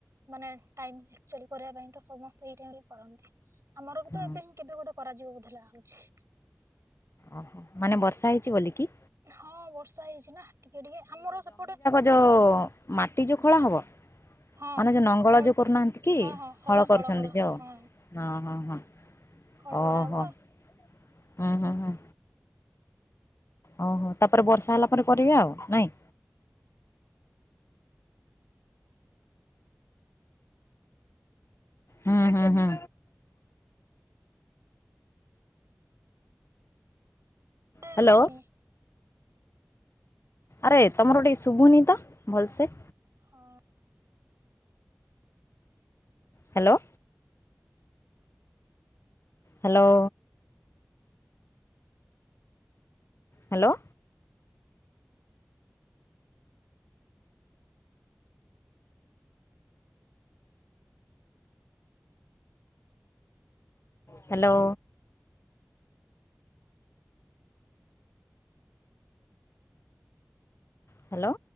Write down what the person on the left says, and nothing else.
ହଁ
ଓହୋ ମାନେ ବର୍ଷା ହେଇଛି ବୋଲି କି?
ତ ମାଟି ଯୋଉ ଖୋଳା ହେବ।
ମାନେ ଯୋଉ ନଙ୍ଗଳ
ଯୋଉ କରୁନାହାନ୍ତି କି
ହଳ କରୁଛନ୍ତି
ଯୋଉ।
ହଁ ହଁ ହଁ
ଓହୋ
ହୁଁ ହୁଁ ହୁଁ। ଓହୋ ତାପରେ ବର୍ଷା ହେଲା ପରେ କରିବେ ଆଉ ନାଇଁ। ହୁଁ ହୁଁ ହୁଁ।
ହ୍ୟାଲୋ
ଆରେ ତମର ଟିକେ ଶୁଭୁନି ତ ଭଲସେ।
Hello. Hello. Hello. Hello. Hello.